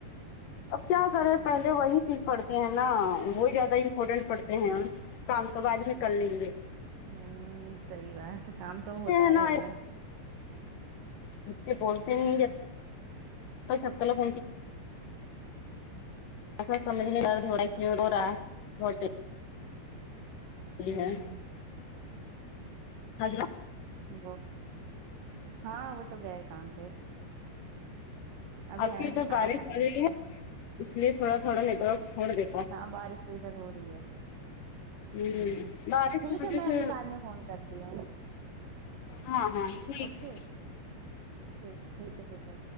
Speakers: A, on the left; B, on the right.
A: اب کیا کریں پہلے وہی چیز پڑھتے ہیں نا وہی زیادہ امپورٹینٹ پڑھتے ہیں ہم کام تو بعد ہی کر لینگے
B: ہوں صحیح بات کام تو
A: بچے
B: ہوتا
A: ہیں نا
B: رہے گا
A: بچے بولتے نہیں جبتلک <unintelligible> ہی
B: ہوں
A: ہے ہضر
B: وہ ہاں وہ تو گئے کام پہ ابھی
A: آپ
B: آئیں
A: کی ادھر
B: گے کھانا
A: بارش
B: کھانے
A: ہو رہی ہے اس لیے تھوڑا تھوڑا نیٹ ورک چھوڑ دے
B: ہاں بارش تو ادھر ہو رہی ہے
A: ہ
B: ہوں
A: بارش
B: ٹھیک
A: کی وجہ
B: ہے میں
A: سے
B: ابھی بعد میں فون کرتی ہوں
A: ہاں ہاں ٹھیک
B: اوکے
A: ہے
B: ٹھیک ٹھیک ہے ٹھیک ہے